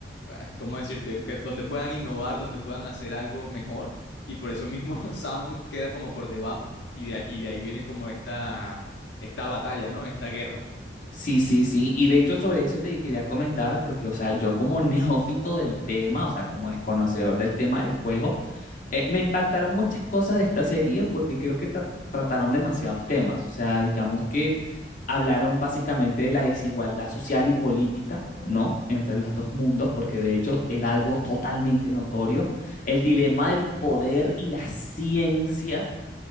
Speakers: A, on the left; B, on the left.
A: eh, ¿cómo decirte?, que, donde puedan innovar, donde puedan hacer algo mejor, y por eso mismo <laughs> Sound queda como por debajo, y de, ahí- y de ahí viene como esta, esta batalla, ¿no? Esta guerra.
B: Sí, sí, sí. Y de hecho sobre eso te quería comentar, porque, o sea, yo como <laughs> neófito del tema, o sea, como desconocedor del tema del juego, eh, me impactaron muchas cosas de esta serie porque creo que tra- trataron demasiados temas. O sea, digamos que hablaron básicamente de la desigualdad social y política, ¿no? Entre los dos mundos, porque de hecho era algo totalmente notorio. El dilema del poder y la ciencia